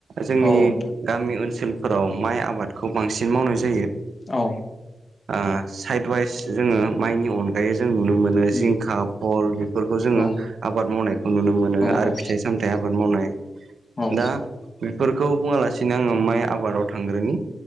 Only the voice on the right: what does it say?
जोंनि
गामि ओनसोलफोराव माइ आबादखौ बांसिन मावनाय जायो
आं साइड उवाइस जोङो माइनि अन दायो जों नुनो मोनो
जिंखा फल बेफोरखौ जोङो
आबाद मावनायखौ नुनो मोनो
आरो
फिथाइ सामथाइ आबाद मावनाय
बेफोरखौ बुङालासिनो आङो माइ आबादाव थांग्रोनि